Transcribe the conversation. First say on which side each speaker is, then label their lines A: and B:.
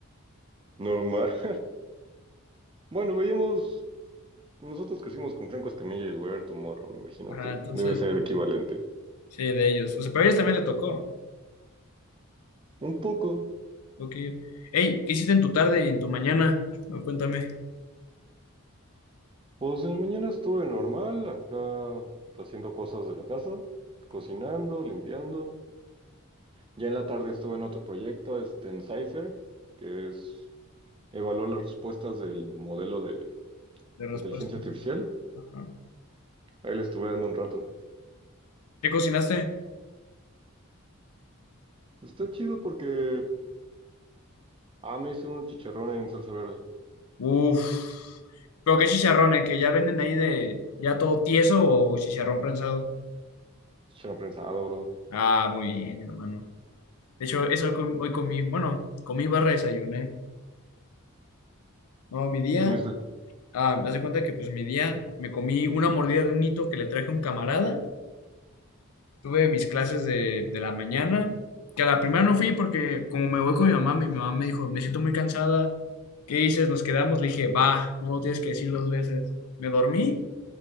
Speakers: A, on the right; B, on the left.
A: Normal. <laughs> Bueno, veíamos, nosotros crecimos con Franco Escamilla y el Weather Tomorrow, me imagino
B: Ajá,
A: que
B: entonces,
A: debe ser el equivalente.
B: sí, de ellos. O sea, pero a ellos también le tocó.
A: Un poco,
B: lo hey ¿qué hiciste en tu tarde y en tu mañana? A ver, cuéntame
A: Pues en la mañana estuve normal, acá haciendo cosas de la casa, cocinando, limpiando. Ya en la tarde estuve en otro proyecto, este, en Cypher, que es evaluar las respuestas del modelo de
B: de respuesta.
A: inteligencia artificial.
B: Ajá.
A: Ahí le estuve dando un rato.
B: ¿Qué cocinaste?
A: Está chido porque, ah, me hice un chicharrón en salsa verde.
B: Uf. ¿Pero qué chicharrones? ¿Que ya venden ahí de ya todo tieso o chicharrón prensado?
A: Chicharrón prensado, bro.
B: Ah, muy bien, hermano. De hecho, eso com- hoy comí, bueno, comí barra desayuné. No, mi día,
A: ¿Qué comiste?
B: ah, me hace cuenta que pues mi día me comí una mordida de un hito que le traje a un camarada. Tuve mis clases de, de la mañana, que a la primera no fui porque como me voy con mi mamá, mi mamá me dijo, me siento muy cansada, ¿qué dices? Nos quedamos, le dije, va, no me lo tienes que decir dos veces. Me dormí,